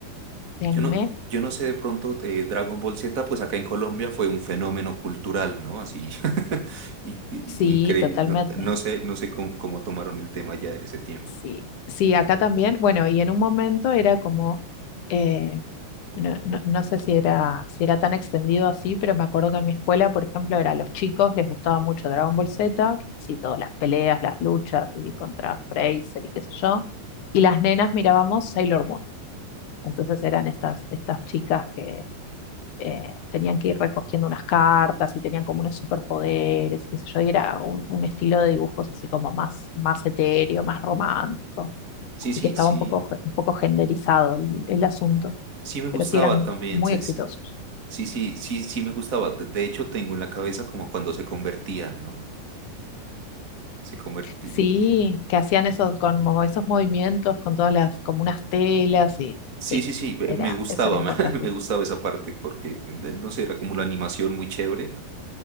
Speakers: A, on the left (about 60°); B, on the right (about 25°).
A: de anime.
B: Yo no, yo no sé de pronto, eh, Dragon Ball Z, pues acá en Colombia fue un fenómeno cultural, ¿no? Así, <laughs> y- y-
A: Sí,
B: increíble.
A: totalmente.
B: No, no sé, no sé cómo, cómo tomaron el tema ya en ese tiempo.
A: Sí, sí, acá también. Bueno, y en un momento era como, eh, no, no- no sé si era, si era tan extendido así, pero me acuerdo que en mi escuela, por ejemplo, era a los chicos, les gustaba mucho Dragon Ball Z, que así todas las peleas, las luchas y contra Freezer y qué sé yo. Y las nenas mirábamos Sailor Moon. Entonces eran estas, estas chicas que eh, tenían que ir recogiendo unas cartas y tenían como unos superpoderes y qué sé yo, y era un, un estilo de dibujos así como más, más etéreo, más romántico.
B: Sí,
A: Así
B: sí,
A: que estaba
B: sí,
A: un poco, un poco genderizado el, el asunto,
B: sí me gustaba
A: pero sí eran
B: también.
A: muy
B: se-
A: exitosos.
B: se- Sí, sí, sí, sí me gustaba. De de hecho, tengo en la cabeza como cuando se convertían, ¿no? Se convertían.
A: Sí, que hacían esos, como esos movimientos con todas las, como unas telas y
B: Sí,
A: sí,
B: sí, sí, me
A: era,
B: me gustaba,
A: eso era importante.
B: <laughs> me gustaba esa parte porque, de- no sé, era como la animación muy chévere, era-